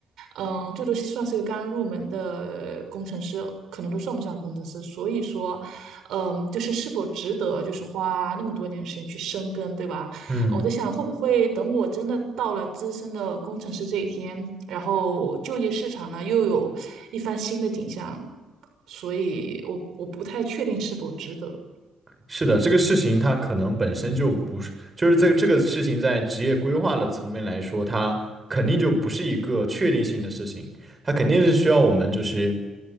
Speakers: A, on the right (about 80°); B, on the right (about 25°).
A: 嗯，最多算是个刚入门的工程师，可能都算不上工程师。所以说，嗯，就是是否值得，就是花那么多年的时间去深耕，对吧？
B: 嗯。
A: 我在想，会不会等我真的到了资深的工程师这一天，然后就业市场呢又有一番新的景象，所以我我不太确定是否值得。
B: 是的，这个事情它可能本身就不是，就是这这个事情在职业规划的层面来说，它肯定就不是一个确定性的事情，它肯定是需要我们就是